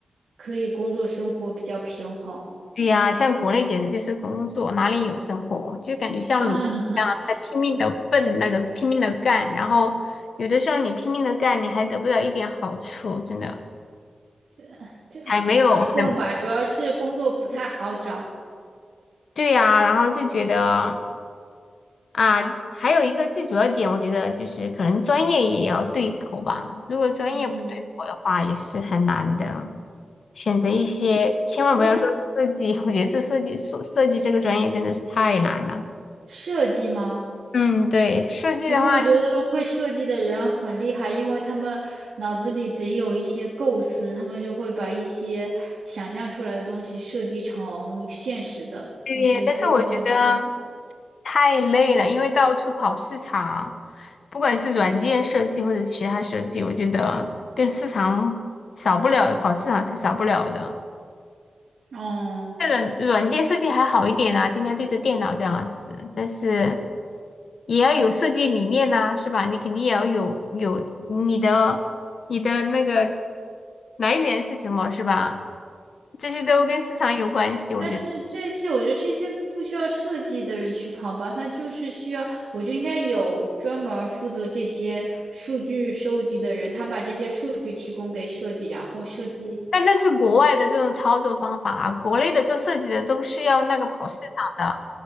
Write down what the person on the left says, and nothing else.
对呀，像国内简直就是工作，哪里有生活？就感觉像奴隶一样在拼命的奔那种，
拼命的干，然后有的时候你拼命的干，你还得不到一点好处，真的
还没有很
对呀。然后就觉得啊，还有一个最主要点，我觉得就是可能专业也要对口吧。如果专业不对口的话，
也是很难的。选择一些，千万不要做设计，
我觉得这设计设设计这个专业真的是太难了。
嗯，对，设计的话。
对，
但是我觉得太累了，因为到处跑市场，不管是软件设计或者其他设计，我觉得跟市场少不了的，跑市场是少不了的。
这个软件设计还好一点啦、天天对着电脑这样子，但是也要有设计理念呐、是吧？你肯定也要有有你的你的那个来源是什么，是吧？这些都跟市场有关系，我觉得。
但那是国外的这种操作方法啊，国内的做设计的都是要那个跑市场的，